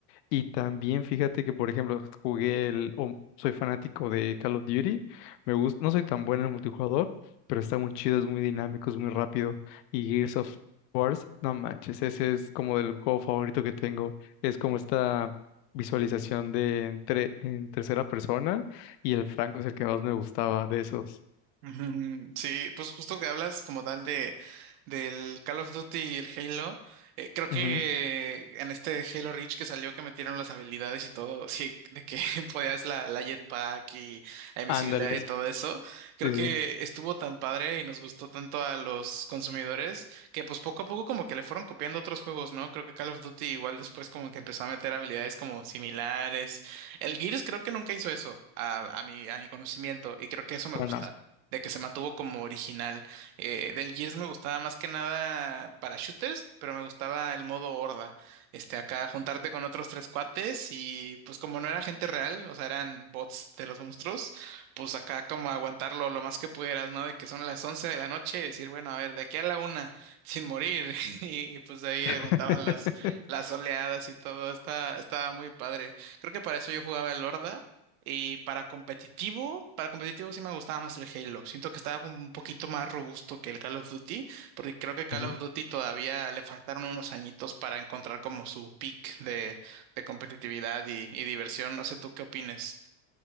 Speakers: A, on the left; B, on the right.
A: Y también fíjate que, por ejemplo, jugué el, o soy fanático de Call of Duty, me gusta, no soy tan bueno en el multijugador, pero está muy chido, es muy dinámico, es muy rápido. Y Gears of War, no manches, ese es como el juego favorito que tengo. Es como esta visualización de entre, en tercera persona y el Franco es el que más me gustaba de esos.
B: Ujú, Sí, pues justo que hablas como tal de del Call of Duty y el Halo, eh, creo que
A: Ujú,
B: en este Halo Reach que salió que metieron las habilidades y todo, sí, de que <laughs> podías la, la jetpack y la invisibilidad
A: Ándale,
B: y
A: sí,
B: todo eso, creo
A: sí,
B: que estuvo tan padre y nos gustó tanto a los consumidores que pues poco a poco como que le fueron copiando otros juegos, ¿no? Creo que Call of Duty igual después como que empezó a meter habilidades como similares. El Gears creo que nunca hizo eso a, a mi, a mi conocimiento y creo que eso me gusta
A: no, no.
B: de que se mantuvo como original. Eh, del Gears me gustaba más que nada para shooters, pero me gustaba el modo horda. Este, acá juntarte con otros tres cuates y pues como no era gente real, o sea, eran bots de los monstruos, pues acá como aguantarlo lo más que pudieras, ¿no? De que son las 11 de la noche y decir, bueno, a ver, de aquí a la una, sin morir. <laughs> Y, pues ahí
A: <laughs>
B: aguantaban las, las oleadas y todo. Estaba, estaba muy padre. Creo que para eso yo jugaba el horda. Y para competitivo, para competitivo sí me gustaba más el Halo. Siento que estaba como un poquito más robusto que el Call of Duty, porque creo que Call
A: Ujú.
B: of Duty todavía le faltaron unos añitos para encontrar como su peak de, de competitividad y, y diversión. No sé tú qué opines.